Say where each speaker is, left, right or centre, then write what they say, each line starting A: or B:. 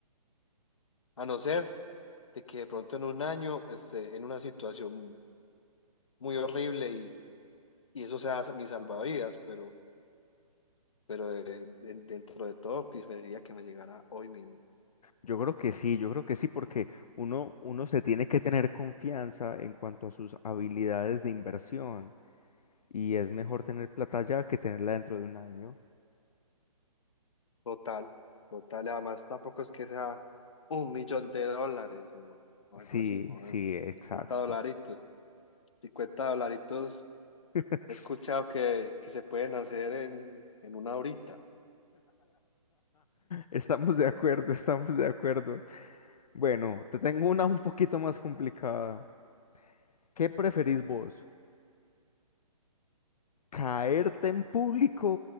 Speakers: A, on the left; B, on the left.
A: a no ser de que de pronto en un año esté en una situación muy horrible y, y eso sea mi salvavidas, pero, pero de- de- dentro de todo preferiría que me llegara hoy mismo.
B: Yo creo que sí, yo creo que sí, porque uno, uno se tiene que tener confianza en cuanto a sus habilidades de inversión y es mejor tener plata ya que tenerla dentro de un año.
A: Total, total. Además, tampoco es que sea un millón de dólares o, o
B: Sí,
A: algo así, ¿no?
B: sí,
A: Es
B: exacto.
A: 50 dolaritos. 50 dolaritos
B: <laughs>
A: he escuchado que, que se pueden hacer en, en una horita.
B: Estamos de acuerdo, estamos de acuerdo. Bueno, te tengo una un poquito más complicada. ¿Qué preferís vos? ¿Caerte en público